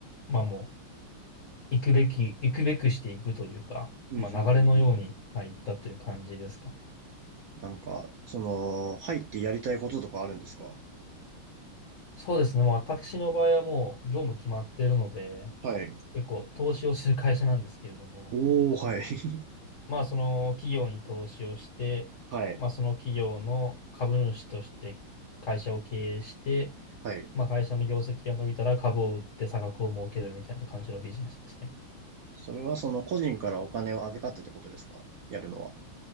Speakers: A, on the left; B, on the right.
A: まあもう、行くべき、行くべくしていくというか、
B: うん、
A: まあ流れのように、
B: うん、うん、うん。
A: まあ、行ったという感じですかね。
B: なんか、その、入ってやりたいこととかあるんですか
A: そうですね、もう私の場合はもう業務決まっているので、
B: はい。
A: 結構投資をする会社なんですけれども、
B: おー、はい。
A: まあその企業に投資をして、
B: <laughs> はい。
A: まあその企業の株主として会社を経営して、
B: はい。
A: まあ、会社の業績が伸びたら株を売って差額を儲けるみたいな感じのビジネスですね。
B: それはその個人からお金を預かってってことですかやるのは。